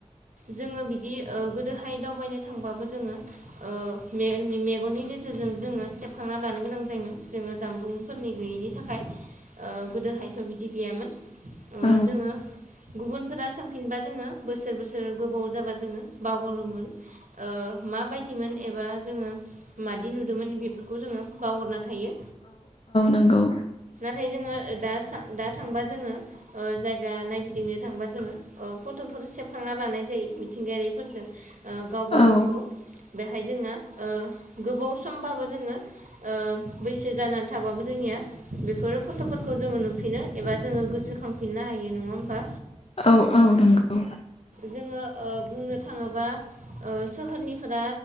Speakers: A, on the right; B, on the left.
A: जोङो बिदि ओ गोदोहाय दावबायनो थांबाबो जोङो ओ मेगननि नोजोरजों जोङो सेबखांना लानो गोनां जायोमोन जोङो जामबुं फोरनि गैयैनि थाखाय ओ गोदोहायथ' बिदि गैयामोन
B: औ
A: जोङो गुबुनफोरा सोमफिनबा जोङो बोसोर बोसोर गोबाव जाबा जोङो बावगारोमोन। ओ माबायदिमोन एबा जोङो मादि नुदोंमोन बे बेफोरखौ जोङो बावगारना थायो
B: नोंगौ
A: नाथाय जोङो दा दा थांबा जोङो ओ जायगा नायगिदिंनो थांबा जोङो फट'फोर सेबखांना लानाय जायो मिथिंगायारिफोरजों ओ गावबा
B: औ
A: गावखौ बेहाय जोङो ओ गोबाव सम बाबो जोङो ओ बैसो जानानै थाबाबो जोंनिया बेफोर फट'फोरखौ जोङो नुफिनो एबा जोङो गोसोखांफिननो हायो नङा होमबा?
B: औ औ नंगौ।
A: जोङो बुंनो थाङोबा सोहोरनिफोरा